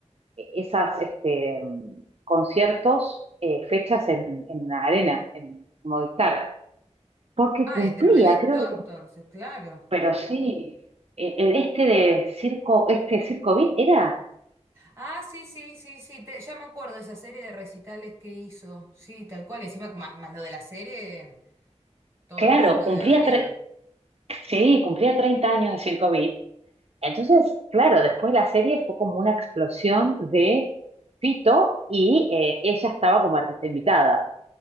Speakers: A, on the right (about 55°); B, on the right (about 25°).
A: esas este, conciertos, eh, fechas en, en la arena, en Movistar, porque
B: Ay,
A: cumplía,
B: de- reventó
A: creo
B: entonces,
A: que,
B: claro.
A: pero sí, e- el, este de Circo, este Circo Beat era,
B: Ah, sí, sí, sí, sí, te- ya me acuerdo de esa serie de recitales que hizo. Sí, tal cual. Encima, más, más lo de la serie, todo
A: claro,
B: el mundo
A: cumplía,
B: debe haber
A: tre-
B: ido.
A: sí, cumplía 30 años de Circo Beat. Entonces, claro, después la serie fue como una explosión de Fito y eh, ella estaba como artista invitada.